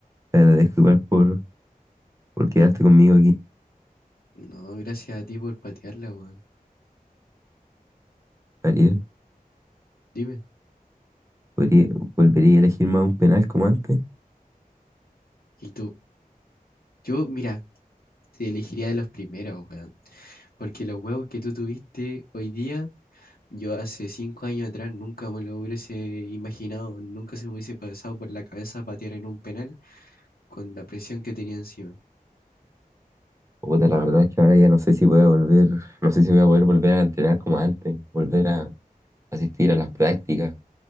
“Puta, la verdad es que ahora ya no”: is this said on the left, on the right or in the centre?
Right